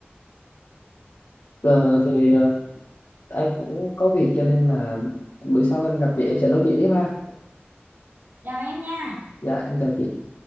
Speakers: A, on the left (about 75°); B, on the right (about 60°).
A: Ờ, thì ờ, em cũng có việc cho nên là bữa sau em gặp chị em sẽ nói chuyện tiếp ha
B: chào em nha
A: dạ em chào chị